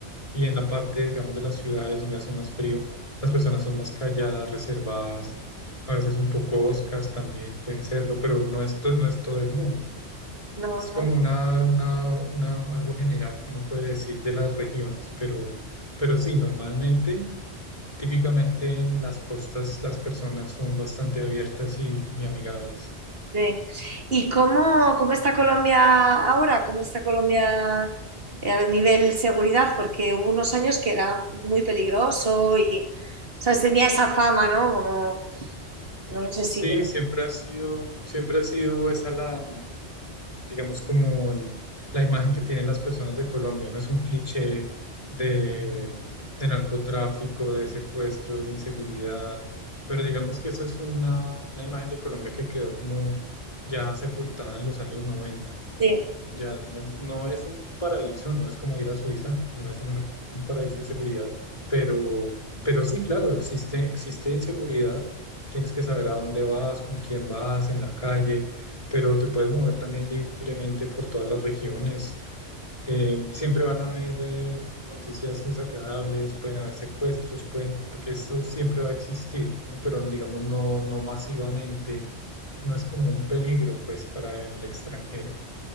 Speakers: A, on the left (about 30°); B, on the right (about 60°).
A: Y en la parte, digamos, de las ciudades donde hace más frío, las personas son más calladas, reservadas, a veces un poco oscas también pueden serlo, pero no es, to- no es todo el mundo.
B: No,
A: Es
B: no.
A: como una, una, una- algo general que uno puede decir de las regiones, pero, pero sí, normalmente, típicamente en las costas las personas son bastante abiertas y, y amigables.
B: Sí. ¿Y cómo, cómo está Colombia ahora? ¿Cómo está Colombia eh, a nivel seguridad? Porque hubo unos años que era muy peligroso y, ¿sabes? Tenía esa fama, ¿no? Como, no lo sé
A: Sí,
B: si...
A: siempre ha sido, siempre ha sido esa la digamos, como el- la imagen que tienen las personas de Colombia, no es un cliché de, de narcotráfico, de secuestros, de inseguridad, pero digamos que esa es una, una imagen de Colombia que quedó como ya sepultada en los años 90
B: sí.
A: ya no, no es un paraíso, no es como ir a Suiza, no es un, un paraíso de seguridad, pero, pero sí, claro, existe, existe inseguridad, tienes que saber a dónde vas, con quién vas, en la calle, pero te puedes mover también libremente por todas las regiones. Eh, siempre van a haber eh, noticias desagradables, pueden haber secuestros, pueden, porque esto siempre va a existir, ¿no? Pero digamos no, no masivamente, no es como un peligro pues para el extranjero.